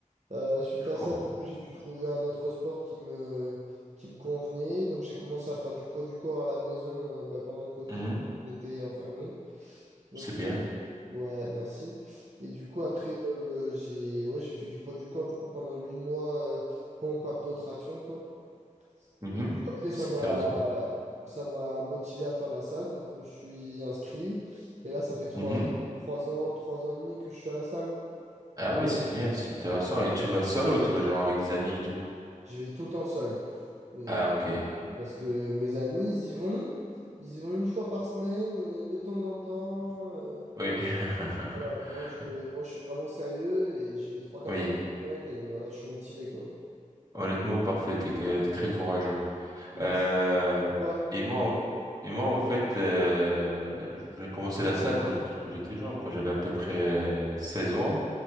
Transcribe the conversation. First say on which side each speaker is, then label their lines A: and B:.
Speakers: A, on the right (about 60°); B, on the right (about 30°).
A: Euh, suite
B: je
A: à
B: comprends.
A: ça, du coup, j'ai dû trouver un autre sport qui me, qui me convenait. Donc, j'ai commencé à faire du poids du corps à la maison euh, bah, pendant le Covid.
B: Mhm.
A: On était enfermés. Donc,
B: C'est bien.
A: euh, ouais, merci. Et du coup, après, euh, j'ai ouais, j'ai fait du poids du corps du coup, pendant huit mois, euh, pompe, abdos, traction, quoi.
B: Mhm.
A: Et du coup, après, ça
B: C'est
A: m'a
B: intéressant.
A: ça m'a motivé à faire de la salle. Donc, je me suis inscrit. Et là, ça fait trois,
B: Mhm.
A: trois ans, trois ans et demi que je suis à la salle.
B: Ah oui, c'est bien, c'est intéressant. Et tu vas seul ou tu vas genre avec des amis et tout?
A: Je vais tout le temps seul. Euh,
B: Ah ok,
A: parce que mes amis, ils y vont. Ils y vont une fois par semaine, euh, de temps en temps. euh,
B: oui. <laughs>
A: voilà, moi je, moi, je suis vraiment sérieux et j'y vais trois, quatre
B: Oui,
A: fois par semaine et voilà, je suis motivé, quoi.
B: honnêtement parfait, t'es, que- t'es très courageux.
A: Merci.
B: Euh,
A: Et Toi?
B: et moi, et moi, en fait, euh, j'ai commencé la salle quand j'étais quand j'étais jeune, quand j'avais à peu près euh, 16 ans.